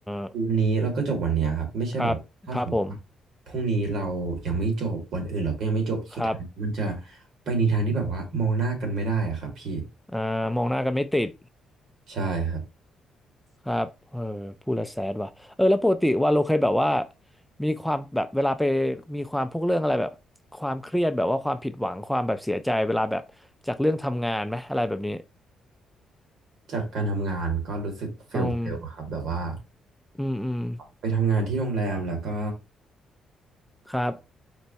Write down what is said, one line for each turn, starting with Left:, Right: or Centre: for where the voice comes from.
Centre: อ
Right: วันนี้เราก็จบวันเนี้ยครับไม่ใช่แบบถ้าสมมติว่าพรุ่งนี้เรายังไม่จบวันอื่นเราก็ยังไม่จบสุดท้ายมันจะ
Centre: ครับครับผมครับ
Right: ไปในทางที่แบบว่ามองหน้ากันไม่ได้อะครับพี่
Centre: อ่ามองหน้ากันไม่ติด
Right: ใช่ครับ
Centre: ครับเออพูดแล้วแสดว่ะเออแล้วปกติว่าเราเคยแบบว่ามีความแบบเวลาไปมีความพวกเรื่องอะไรแบบความเครียดแบบว่าความผิดหวัง ความแบบเสียใจเวลาแบบจากเรื่องทำงานไหมอะไรแบบนี้
Right: จากการทำงานก็รู้สึกเฟลเฟลครับแบบว่า
Centre: อืมอืมอืม
Right: ไปทำงานที่โรงแรมแล้วก็
Centre: ครับ